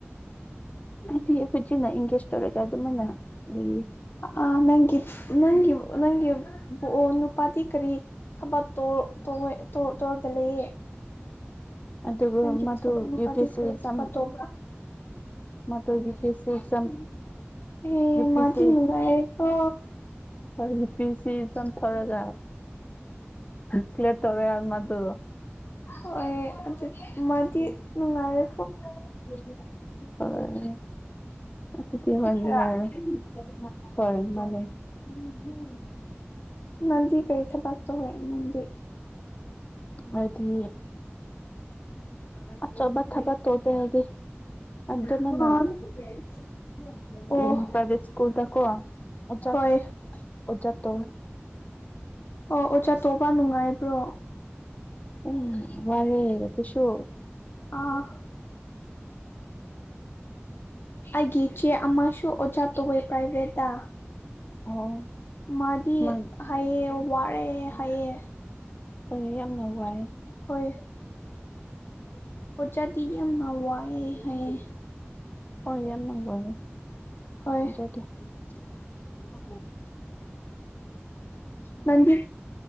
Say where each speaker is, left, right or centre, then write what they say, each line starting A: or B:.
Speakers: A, on the left; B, on the left.
A: ꯑꯩꯈꯣꯏꯖꯤꯅ ꯏꯡꯒꯦꯖ ꯇꯧꯔꯒ ꯑꯗꯨꯃꯥꯏꯅ ꯂꯩꯌꯦ
B: ꯑꯥ ꯅꯪꯒꯤ ꯅꯪꯒꯤ ꯅꯪꯒꯤ ꯅꯨꯄꯥꯗꯤ ꯀꯔꯤ ꯊꯕꯛ ꯇꯣꯔ ꯇꯧꯋꯦ ꯇꯣ ꯇꯧꯔꯛꯇ ꯂꯩꯌꯦ
A: ꯑꯗꯨꯒ
B: ꯅꯪꯒꯤ
A: ꯃꯗꯨ
B: ꯅꯨꯄꯥꯗꯤ
A: ꯌꯨ ꯄꯤ ꯑꯦꯁ
B: ꯀꯔꯤ
A: ꯁꯤ ꯑꯦꯛꯖꯥꯝ
B: ꯊꯕꯛ ꯇꯣꯕ꯭ꯔꯥ
A: ꯃꯗꯨ U P
B: <inaudible>
A: S C exam
B: ꯑꯦ
A: ꯌꯨ ꯄꯤ
B: ꯃꯥꯗꯤ
A: ꯑꯦꯁ
B: ꯅꯨꯡꯉꯥꯏꯔꯦꯀꯣ
A: ꯍꯣꯏ ꯍꯤꯄꯤꯁꯤ ꯆꯝꯊꯣꯔꯒ ꯀꯂꯤꯌꯔ ꯇꯧꯔꯦ ꯑꯃꯥꯗꯨ
B: ꯍꯣꯏ ꯑꯗꯨ ꯃꯥꯗꯤ ꯅꯨꯡꯉꯥꯏꯔꯦ
A: <unintelligible> ꯍꯣꯏ ꯑꯗꯨꯗꯤ <inaudible>
B: ꯅꯠꯇ꯭ꯔꯥ
A: ꯍꯣꯏ ꯃꯥꯅꯦ
B: <unintelligible> ꯅꯟꯗꯤ ꯀꯔꯤ ꯊꯕꯛ ꯇꯧꯋꯦ ꯅꯪꯗꯤ
A: ꯍꯥꯏꯗꯤ
B: <unintelligible>
A: ꯑꯆꯧꯕ ꯊꯕꯛ ꯇꯧꯗꯦ ꯍꯥꯏꯗꯤ
B: <unintelligible>
A: ꯑꯗꯨꯃꯥꯏꯅ ꯎꯝ ꯄ꯭ꯔꯥꯏꯚꯦꯠ ꯁ꯭ꯀꯨꯜꯗꯀꯣ ꯑꯣꯖꯥ
B: ꯍꯣꯏ <unintelligible>
A: ꯑꯣꯖꯥ ꯇꯧꯋꯦ
B: ꯑꯣ ꯑꯣꯖꯥ ꯇꯧꯕꯥ ꯅꯨꯡꯉꯥꯏꯕ꯭ꯔꯣ
A: ꯎ ꯋꯥꯔꯦ ꯑꯗꯨꯁꯨ
B: ꯑꯥ ꯑꯩꯒꯤ ꯏꯆꯦ ꯑꯃꯁꯨ ꯑꯣꯖꯥ ꯇꯧꯋꯦ ꯄ꯭ꯔꯥꯏꯚꯦꯠꯇ
A: ꯑꯣ
B: ꯃꯥꯗꯤ
A: ꯃꯥ
B: ꯍꯥꯏꯌꯦ ꯋꯥꯔꯦ ꯍꯥꯏꯑꯦ
A: ꯍꯣꯏ ꯌꯥꯝꯅ ꯋꯥꯏ
B: ꯍꯣꯏ
A: <unintelligible>
B: ꯑꯣꯖꯥꯗꯤ ꯌꯥꯝꯅ ꯋꯥꯏꯑꯦ ꯍꯥꯏꯌꯦ
A: ꯍꯣꯏ ꯌꯥꯝꯅ ꯋꯥꯏꯑꯦ
B: ꯍꯣꯏ
A: <unintelligible>
B: ꯃꯗꯤ